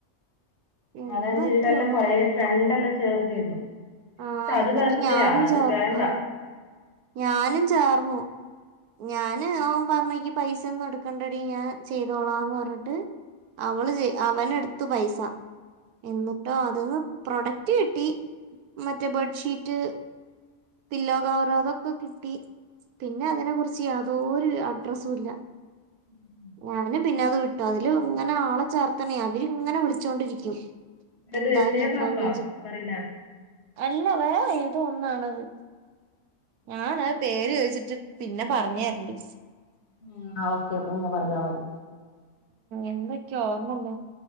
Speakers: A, on the right (about 85°); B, on the left (about 50°).
A: എന്തൊക്കെയോ
B: അതെന്റെ ഈടല്ലെ കൊറെ ഫ്രണ്ട്ല്ലാം ചേർന്നിരുന്നു.
A: ആഹ്
B: പക്ഷെ അത്
A: എന്നട്ട്
B: വെറുതെയാ
A: ഞാനും
B: അത്
A: ചേർന്ന
B: വേണ്ട
A: ആ. ഞാനും ചേർന്നു ഞാന് ഓൻ പറഞ്ഞു ഇയ്യ് പൈസ ഒന്നും എടുക്ക ണ്ടടി ഞാൻ ചെയ്തോളാന്ന് പറഞ്ഞിട്ട് അവള് ചെയ അവന് എടുത്തു പൈസ. എന്നിട്ടോ അതന്ന് പ്രൊഡക്റ്റ് കിട്ടി മറ്റേ ബെഡ്ഷീറ്റ്. പില്ലോ കവറ് അതൊക്കെ കിട്ടി പിന്നെ അതിനെ കുറിച്ച്. ച്ച് യാതോരു അഡ്രസ്സുല്ല.
B: ഉം
A: ഞാന് പിന്നെ അത് വിട്ടു അതില് ഇങ്ങനെ ആളെ ചേർത്തണേ അവരി ഇങ്ങനെ വിളിച്ചോണ്ടിരിക്കും.
B: ഇത്
A: എന്തായി
B: സേവാപ്പാ
A: എന്തായി ചോയ്ച്ച്
B: പറയുന്ന
A: അല്ല വേറേ ഏതൊന്നാണത് ഞാന് പേര് ചോദിച്ചിട്ട്. പിന്നെ പറഞ് തരണ്ട്.
B: ഉം ആ ഓക്കെ പിന്നെ പറഞ്ഞാൽ മതി.
A: എന്തൊക്കെയോ ഓർമ്മല്ല